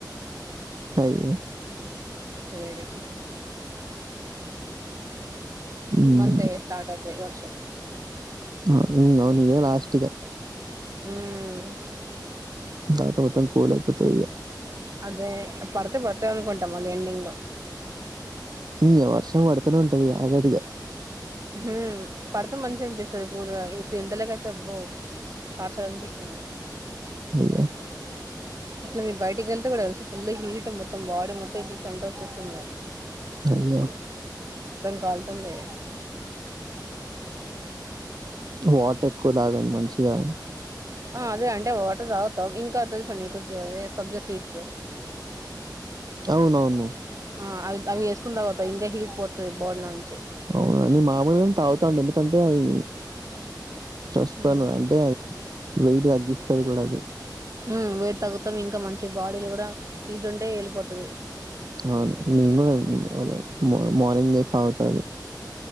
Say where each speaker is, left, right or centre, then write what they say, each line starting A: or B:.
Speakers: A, on the right (about 60°); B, on the right (about 45°).
A: అయ్యో
B: వేడికి
A: హ్మ్
B: ఈ మంతే స్టార్ట్ అయితయ్ వర్షం.
A: ఆ ఇగ అవునింగ ఇదే లాస్ట్ ఇగ
B: ఉమ్
A: దాత మొత్తం కూలయిపోతదిగ
B: అదే పడితే పడితయానుకుంటా మళ్ళీ ఎండింగ్ లో
A: ఇంగ వర్షం పడతనే ఉంటదిగ ఆగదిగ
B: హ్మ్ పడితే మంచిగనిపిస్తది కూలుగా ఎండలకైతే అబ్బో టార్చరనిపిస్తుంది.
A: అయ్యో
B: ఇట్లా మేం బయటకెళ్తే కూడా తెలుసా ఫుల్ హీట్ మొత్తం బాడీ మొత్తం ఇట్ల చెమటోచ్చేస్తుంది.
A: అయ్యో
B: కాల్తుంది.
A: వాటరెక్కువ తాగండి మంచిగా
B: ఆ అదే అంటే వాటర్ తాగుతాం. ఇంకా తెలుసా మీకు జ ఏ సబ్జా సీడ్స్
A: అవునవును
B: ఆ అవి అవి వేసుకుని తాగుతా ఇంకా హీట్ పోతది బాడి లో నుంచి
A: అవున నేన్ మామూలుగానే తాగుతాండి ఎందుకంటే అవి స్ట్రీస్ పైన
B: ఉమ్
A: అంటే అది వెయిట్ తగ్గిస్తది కూడ అది
B: మ్మ్ వెయిట్ తగ్గుతాం ఇంకా మంచిగ బాడీలో కూడా హీటుంటే వెళ్ళిపోతది.
A: అవును నేను గూడ మ మార్నింగ్ లేసి తాగుత అది.